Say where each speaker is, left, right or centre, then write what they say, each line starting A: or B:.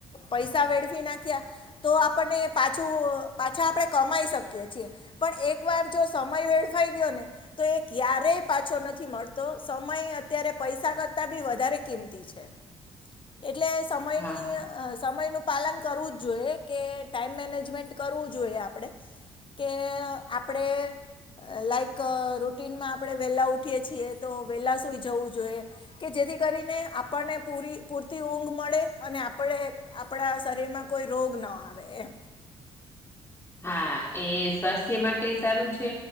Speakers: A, on the left; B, on the left.
A: પૈસા વેડફી નાખ્યા તો આપણને પાછું પાછા આપણેે કમાઈ શકીએ છીએ. પણ એકવાર જો સમય વેડફાઈ ગયો ને તો એ ક્યારેય પાછો નથી મળતો સમય અત્યારે પૈસા કરતા બી વધારે કિંમ કિંમતી છે એટલે સમયની
B: હા
A: આ સમય નું પાલન કરવું જ જોઈએ કે ટાઈમ મેનેજમેન્ટ કરવું જોઈએ આપડે કે આપડે લાઈક રુટનમાં આપણે વેલા ઉઠીએ છીએ તો વેલા સુઈ જવું જોઈએ. કે જેથી કરીને આપણને પૂરી પૂરતી ઊંઘ મળે અને આપણે આપણા શરીરમાં કોઈ રોગ ન આવે એમ.
B: હા એ સ્વાસ્થ્ય માટે સારું છે